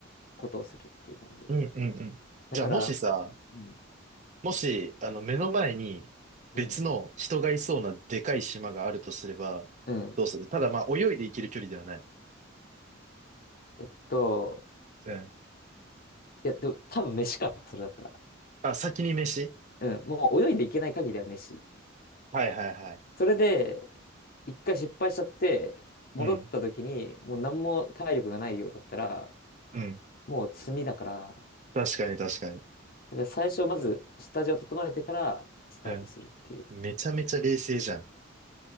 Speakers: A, on the left (about 45°); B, on the right (about 35°).
A: ことをするっていう感じ。
B: うんうんうん。
A: だから、
B: じゃあもしさ、
A: うん、
B: もし、あの、目の前に別の人がいそうなでかい島があるとすれば、
A: うん、うん。
B: どうするただまあ泳いで行ける距離ではない。
A: えっと、
B: うん。
A: いや、でも多分飯か、それだったら。
B: あ、先に飯
A: うん、もう泳いでいけない限りは飯。
B: はいはいはい。
A: それで、一回失敗しちゃって、戻った時に、
B: うん。
A: もう何も体力がないようだったら、
B: うん。
A: もう積みだから、
B: 確かに確かに。
A: で最初まず下地を整えてからスタートするっていう。
B: うん。めちゃめちゃ冷静じゃん。